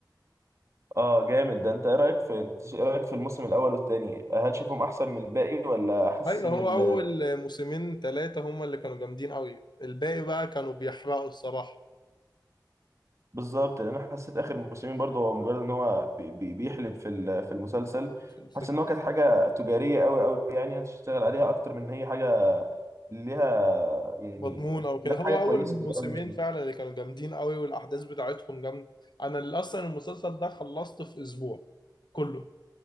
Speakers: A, on the right; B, on the left.
A: اه جامد ده انت ايه رايك في انت ايه رايك في الموسم الاول والثاني هل شايفهم احسن من الباقي ولا حاسس
B: ايوه
A: ان
B: هو أول موسمين ثلاثة هما اللي كانوا جامدين قوي الباقي بقى كانوا بيحرقوا الصراحة
A: بالظبط لان انا حسيت اخر موسمين برضه هو مجرد ان هو بي- بي- بيحلب في ال- في المسلسل
B: في الفكرة
A: حاسس ان هو كانت حاجه تجاريه قوي قوي يعني إنها تشتغل عليها اكتر من ان هي حاجه ليها يعني
B: مضمون أو كده
A: إنها
B: هو
A: حاجه كويسه
B: أول موسمين
A: تبقى في المسلسل
B: فعلا اللي كانوا جامدين قوي والأحداث بتاعتهم جامدة أنا اللي أصلا المسلسل ده خلصته في أسبوع كله